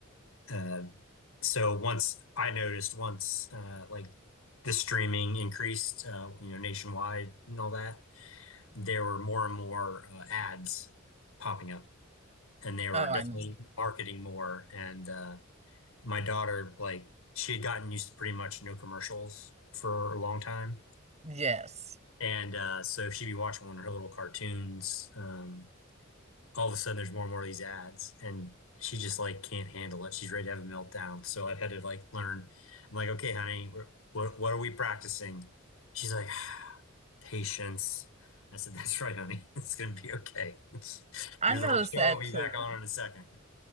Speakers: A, on the left; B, on the right.
A: uh, so once I noticed once uh like the streaming increased uh you know nationwide and all that, there were more and more uh, ads popping up and they were
B: Oh, I
A: definitely
B: know.
A: marketing more and uh my daughter, like, she had gotten used to pretty much no commercials for a long time.
B: Yes.
A: And uh, so she'd be watching one of her little cartoons. Um, all of a sudden, there's more and more of these ads, and she just like can't handle it. She's ready to have a meltdown. So I've had to like learn. I'm like, okay, honey, we're, what what are we practicing? She's like, <sighs> patience. I said, that's right, honey. <laughs> It's gonna be okay. <laughs>
B: I
A: You're
B: noticed
A: the show
B: that
A: will be
B: too.
A: back on in a second.